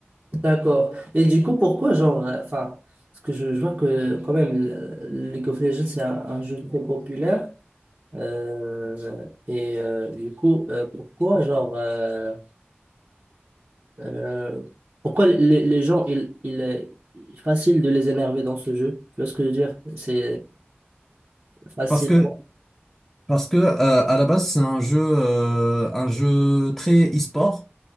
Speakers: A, on the right; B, in the centre.
A: d'accord. Et du coup, pourquoi genre, euh, enfin, parce que je, je vois que quand même, le- League of Legends, c'est un, un jeu très populaire. Euh, et euh, du coup, euh, pourquoi, genre, euh, euh, pourquoi les, les gens, il, il est facile de les énerver dans ce jeu? Tu vois ce que je veux dire? C'est facile.
B: Parce que, parce que euh, à la base, c'est un jeu, euh, un jeu très e-sport.